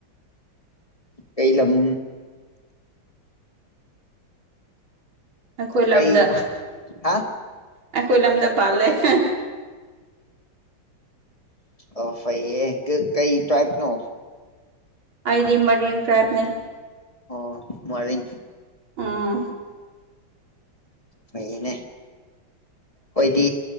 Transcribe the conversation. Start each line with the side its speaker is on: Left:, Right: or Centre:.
Left: ꯀꯩ ꯂꯝ
Right: ꯑꯩꯈꯣꯏ ꯂꯝꯗ
Left: ꯀꯩ ꯍꯥ
Right: ꯑꯩꯈꯣꯏ ꯂꯝꯗ ꯄꯥꯜꯂꯦ <inaudible>
Left: ꯑꯣ ꯐꯩꯌꯦ ꯀꯩ ꯇ꯭ꯔꯥꯏꯞꯅꯣ
Right: ꯑꯩꯗꯤ ꯃꯔꯤꯡ ꯇ꯭ꯔꯥꯏꯞꯅꯦ
Left: ꯑꯣ ꯃꯔꯤꯡ
Right: ꯎꯝ
Left: ꯐꯩꯅꯦ ꯍꯣꯏꯗꯤ